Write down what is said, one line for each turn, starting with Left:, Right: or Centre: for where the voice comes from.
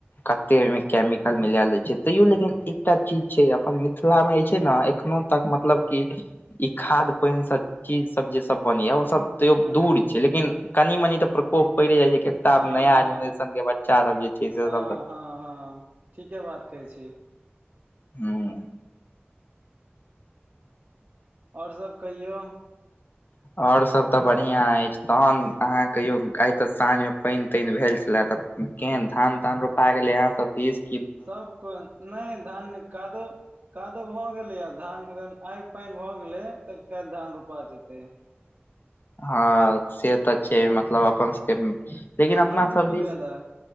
Left: कते ओहिमे केमिकल मिला लै छै, तैयो लेकिन। एकटा चीज छै अपन मिथिलामे जे छै ने, एखनो तक मतलब कऽ। ई खाद्य पदार्थ सभ, जे सभ चीज बनेयल जाइ छै, ओ सभ। तैयो
Right: हूँ
Left: दूर छै, लेकिन कनि मनि तऽ प्रकोप पड़िये जाइ छै। किताब
Right: हँ
Left: नऽ
Right: हँ
Left: जेनरेशनके बच्चासभ जे छै से
Right: हँ
Left: सभ।
Right: हँ हँ ठीके बात कहै छी।
Left: हँ
Right: आओर सब कहियौ
Left: आओर सभ तऽ बढ़िआँ अछि तहन अहाँ कहियौ आइ तऽ साँझमे पानि तानि भेल छलए तऽ केहन धान तान रोपा गेलै अहाँ सब दिश
Right: सब को नहि धान न कादो कादो भऽ गेलै आ धान अग आइ पानि भऽ गेलै तऽ काल्हि धान रोपा जेतै
Left: हँ सेहत अ छै मतलब अपनके लेकिन
Right: अहाँके
Left: अपना सब
Right: की
Left: दिश
Right: भेल ह